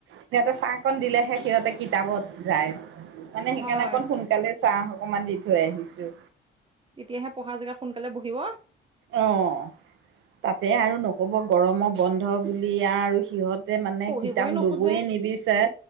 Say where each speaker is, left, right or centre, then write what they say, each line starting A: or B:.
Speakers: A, on the right; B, on the right.
A: সিহঁতে চাহ অকণ দিলেহে সিহঁতে কিতাপত যায়। মানে সেইকাৰণে
B: হয়
A: অকণ সোন কালে চাহ অকমান দি থৈ আহিছো।
B: তেতিয়াহে পঢ়া জেগাত সোনকালে বহিব।
A: অঁ, তাতে আৰু নকব গৰম বন্ধ বুলি আৰু সিহঁত যে মানে
B: পঢ়িবই
A: কিতাপ
B: নোখোজে
A: লবয় নিবিচাৰে।